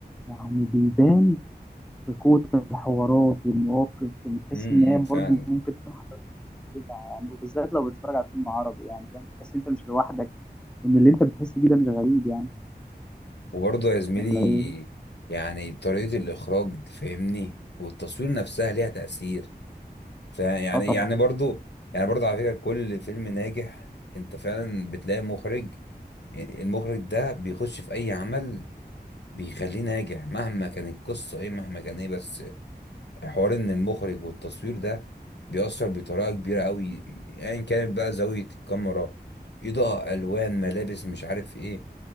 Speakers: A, in the centre; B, on the left.
A: يعني بيبان في قوة الحوارات والمواقف اللي تحس
B: امم
A: ان هي
B: امم،
A: برضو
B: فعلا
A: ممكن تكون كده يعني وبالذات لو بتتفرج على فيلم عربي يعني فاهم تحس انت مش لوحدك وان اللي انت بتحس بيه ده مش غريب يعني
B: وبرضه يا زميلي
A: ولا ايه؟
B: يعني طريقة الإخراج فاهمني والتصوير نفسها ليها تأثير فيعني يعني
A: اه طبعا
B: يعني برضه يعني برضه على فكرة كل فيلم ناجح أنت فعلا بتلاقي مخرج المخرج ده بيخش في أي عمل بيخليه ناجح مهما كانت القصة إيه مهما كان إيه بس حوار إن المخرج والتصوير ده بيأثر بطريقة كبيرة أوي أيا يعني كانت بقى زاوية الكاميرا إضاءة ألوان ملابس مش عارف إيه